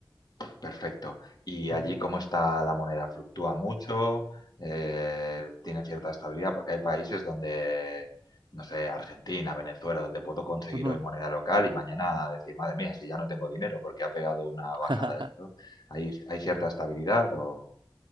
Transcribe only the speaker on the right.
Ujú,
ujú.
<laughs>